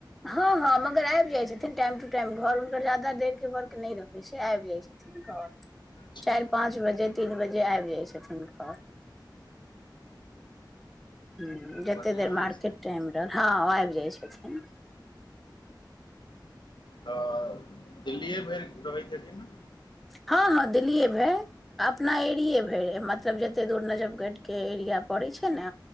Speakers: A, in the centre; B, on the left.
A: ह - ह मगर ऐब जाय छथिन टाइम टू टाइम घर हुनकर जादा देर के वर्क नै रहै छै ऐब जाय छथिन।
B: अच्छा
A: चैर पाँच बजे, तीन बजे ऐब जाइ छथिन घर। हु जते
B: बढ़िआँ
A: देर मार्केट
B: अछि
A: टाइम हँ ऐब जाय छथिन।
B: तऽ दिल्लीए भैर रहैत हेथीन।
A: ह - ह दिलियै भैर। अपना एरिए भैर, मतलब जते दूर नजबगढ़के एरिया पड़ै छै ने।